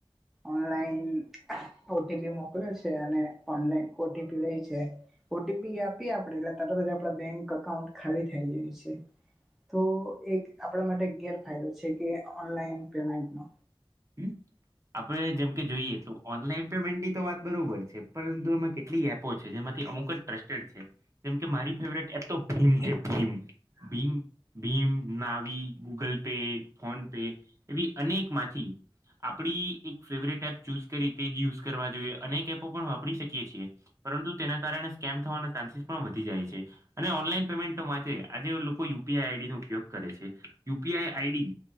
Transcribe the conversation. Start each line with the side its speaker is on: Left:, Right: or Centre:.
Centre: ઓનલાઈન ઓ ટી પી મોકલે છે અને ઓનલાઈન ઓ ટી પી લેય છે ઓ ટી પી આપીએ આપડે એટલે તરત આપડા બેંક અકાઉન્ટ ખાલી થાય જાય છે. તો એક આપડા માટે ગેરફાયદો છે કે ઓનલાઈન પેમેન્ટનો.
Right: હમ્મ. આપડે જેમકે જોઈએ તો ઓનલાઈન પેમેન્ટની તો વાત બરોબર છે પરંતુ એમાં કેટલી એપ પો છે જેમાંથી અમુક જ ટ્રસ્ટે છે જેમકે મારી ફેવરેટ એપ છે તો ભીમ છે Bhim Bhim Bhim, નાવી, Google pay, phone pay એવી અનેક માંથી આપડી એક ફેવરેટ એપ ચૂસ કરી તે જ યુઝ કરવા જોઈએ અનેક એપો પણ વાપરી શકીએ છીએ. પરંતુ તેના કારણે સ્કેમ થવાના ચાન્સીસ પણ વધી જાય છે. અને ઓનલાઈન પેમેન્ટ તો માટે આજે લોકો U P I I D નો ઉપયોગ કરે છે. U P I I D